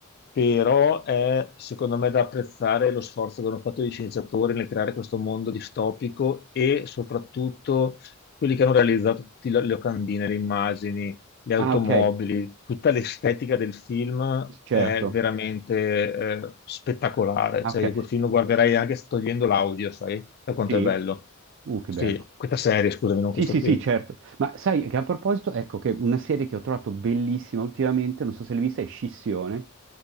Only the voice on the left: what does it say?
però è secondo me da apprezzare lo sforzo che hanno fatto gli scienziatori nel creare questo mondo distopico e soprattutto quelli che hanno realizzato tutte le locandine, le immagini, le automobili,
tutta l'estetica del film
è veramente eh, spettacolare.
Cioè,
io quel film lo guarderei anche togliendo l'audio, sai, da quanto
è bello.
Sì,
questa serie, scusami, non
questo
film.